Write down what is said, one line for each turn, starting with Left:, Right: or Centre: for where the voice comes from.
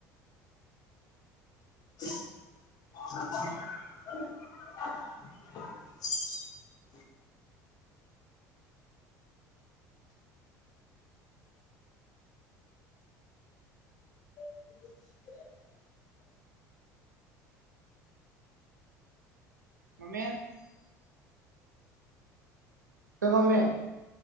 Left: ಹ ಹ <inaudible>
Right: ಮಮ್ಮಿ ಏ ಮಮ್ಮಿ